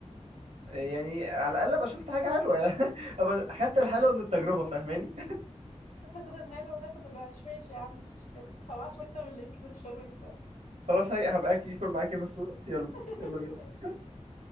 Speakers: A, on the right; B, on the left.
A: يعني على الاقل ابقى شفت حاجة حلوة يعني <laughs> ابقى خدت الحلوة من التجربة فاهماني
B: تاخد الحلو وتاخد الوحش ماشي يا عم مش مشكلة هبعتلك طب اللينك نتفرج سوا
A: خلاص هي هبقى اكل معاكي في الصورة يلا
B: <laughs>
A: يلا بينا
B: ماشي اوكي